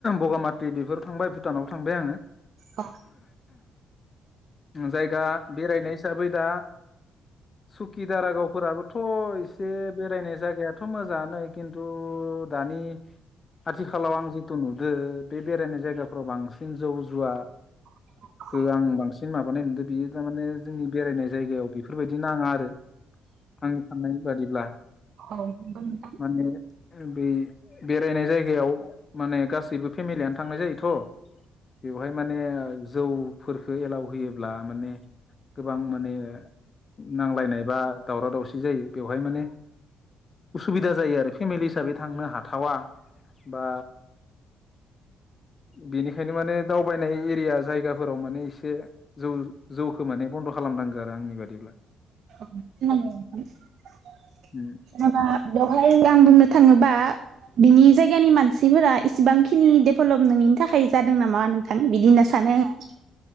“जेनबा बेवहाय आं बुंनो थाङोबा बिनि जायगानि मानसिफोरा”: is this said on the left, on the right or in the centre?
Right